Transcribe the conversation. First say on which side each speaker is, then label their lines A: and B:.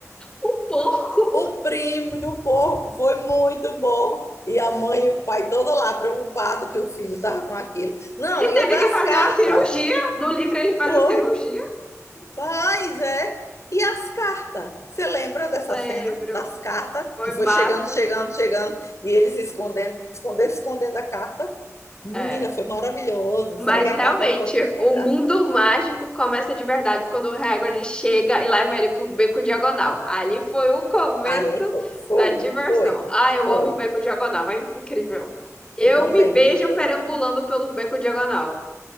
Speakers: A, on the left (about 15°); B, on the left (about 60°).
A: O porco.
B: O primo do porco foi muito bom. E a mãe e o pai todo lá preocupado que o filho estava com aquilo. Não,
A: Ele teve
B: e o das
A: que fazer
B: cartas?
A: uma cirurgia. No livro ele faz
B: Foi.
A: a cirurgia.
B: Faz, é. E as cartas? Você lembra dessa
A: Lembro.
B: cena das cartas
A: Foi
B: que foi
A: massa.
B: chegando, chegando, chegando e eles escondendo, escondendo, escondendo a carta? Menina,
A: É.
B: foi maravilhoso.
A: Mas
B: Saía
A: realmente,
B: a carta para tudo que legal.
A: o mundo mágico começa de verdade quando o Hagrid chega e leva ele pro beco diagonal. Ali foi o começo
B: Ali foi, foi,
A: da diversão.
B: foi,
A: Ah, eu
B: foi.
A: amo o beco diagonal, é incrível. Eu
B: Eu também,
A: me vejo
B: eu
A: perambulando
B: também.
A: pelo beco diagonal.